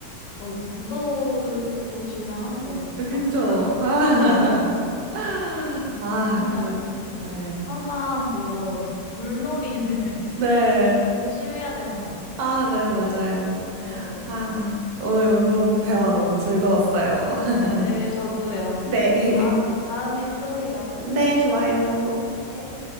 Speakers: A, on the left; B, on the right.
A: 어, 무서워질만 한데요, 진짜?
B: 그쵸? 아,
A: 네.
B: <laughs> 아,
A: 신기한.
B: 그래서,
A: 네.
B: 네.
A: 항상 그런 물놀이는 <laughs>
B: 네.
A: 조심해야 되는 것 같아요.
B: 아, 네, 맞아요.
A: 네.
B: 아, 오늘 운동 대화 너무 즐거웠어요. <laughs>
A: 네, 저도요.
B: 네.
A: 다, 다음에 또 해요.
B: 네, 좋아요.
A: 네.